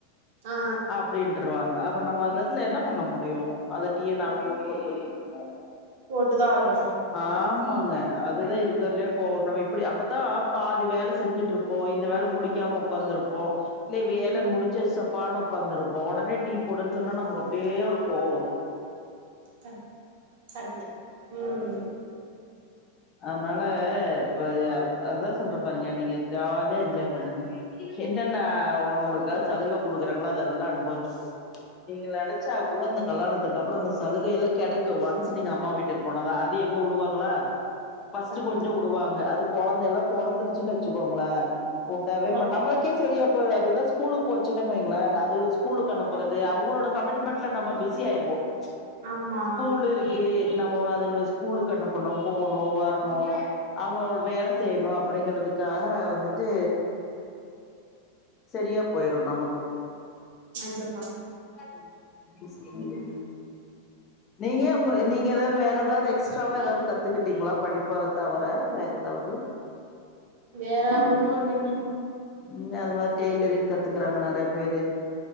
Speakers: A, on the right; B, on the left.
A: ஆ
B: அப்டின்றுவாங்க அப்ப நம்ம அந்த எடதுல என்ன பண்ண முடியு அத டீயனால போட்டு கொண்டு போய் குடுக்கணு
A: போட்டுதான் ஆகணும்
B: அ ஆமாங்க அதுதா இருக்குறதுலயே இப்போ நம்ம இப்படி அப்பதா பாதி வேல செஞ்சுட்ருப் ப்போ இந்த வேல முடிக்காம உக்காந்துருப்போ இல்ல வேல
A: ம்
B: முடிச்சு சப்பான்னு உக்காந்துருபோ உடனே டீ போடுன்னு சொன்னா நமக்கு அப்டியே ஒரு கோவ் வரு
A: ச சடங்கு ம்
B: அதனால இப்ப அது அதா சொல்ற பாருங்க நீங்க ஜாலிய எஜ்ஜாய் பண்ணுங்க என்னென்ன உங்களுக்க சலுக குடுக்குறாங்களோ அதெல்லா அனுபவிச்சுக்கோங்க நீங்க நெனைச்சா கூட அந்த கல்லாணத்துக்கப்பறொ அந்த சலுகைல்ல கெடைக்கு ஒன்ஸ் நீங்க அம்மா வீட்டுக்கு போனதா அது எங்க வுடுவாங்களா பஸ்ட்டு
A: கண்டிப்பா
B: கொஞ்ச உடுவாங்க அது கொழந்தல்லா பொறந்துடுச்சுன்னா வச்சுக்கோங்களே உடவே
A: அவ்வளவுதான்.
B: மா நம்ம கே சரியா போய்டு அதுங்கலா ஸ்கூலுக் போச்சுகன்னு வைங்களே அதுங்கள ஸ்கூலக்கு அனுப்புறது அவங்களோட கமிட்டி மட்ல நம்ம பிஸி ஆயிர்வோ
A: ஆமா
B: ஸ்கூலுருக்கு நம்ம அதுங்கள ஸ்கூலுக்கனுப்பனு போணு வரணு அவுங்களோட வேல செய்யணு அப்டிங்கறதுக் காக வந்துட்டு சரியா போயிரு நமக்கு
A: நெஜம்மா
B: ம் நீங்க ஒங்க நீங்க ஏதாது வேற ஏதாது எக்ஸ்ட்ராவா ஏதாது கத்துக்கிட்டீங்களா படிப்ப தவர வேற ஏதாவது
A: வேற ஒன்னு இல்லங்க
B: இங்க அது மாரி டெய்லரிங் கத்துக்கறாங்க நெறைய பேரு